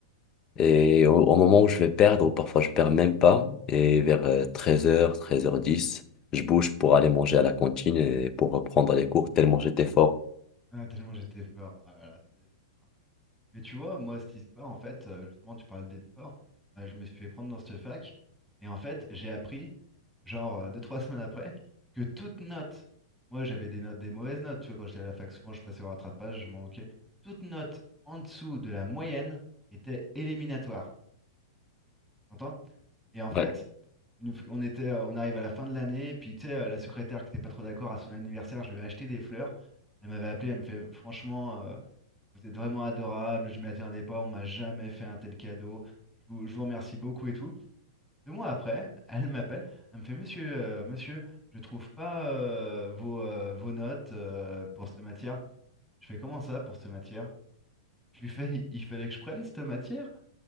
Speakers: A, on the left; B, in the centre.
A: Et au, au moment où je vais perdre, ou parfois je perds même pas, et vers euh, treize heures treize heures dix je bouge pour aller manger à la cantine et pour reprendre les cours tellement j'étais fort.
B: Ah, tellement j'étais fort. Ah là là, ça y est, c'est fort. Mais tu vois, moi, cette histoire, en fait, euh, justement, tu parlais d'être fort. Bah, je me suis fait prendre dans cette fac. Et en fait, j'ai appris, genre, euh, deux, trois semaines après, que toute note, moi, j'avais des notes, des mauvaises notes. Tu vois, quand j'étais à la fac, souvent, je passais au rattrapage, je m'en moquais. Toute note en dessous de la moyenne était éliminatoire. T'entends? Et en fait,
A: Ouais.
B: Une f- On était, euh, on arrive à la fin de l'année, puis tu sais, euh, la secrétaire qui n'était pas trop d'accord à son anniversaire, je lui ai acheté des fleurs. Elle m'avait appelé, elle me fait, franchement, euh, vous êtes vraiment adorable, je m'y attendais pas, on m'a jamais fait un tel cadeau. Je vous, je vous remercie beaucoup et tout. Deux mois après, <laughs> elle m'appelle, elle me fait, monsieur, euh, monsieur, je trouve pas euh, vos, euh, vos notes euh, pour cette matière. Je fais comment ça pour cette matière? Je lui fais, il fallait que je prenne cette matière?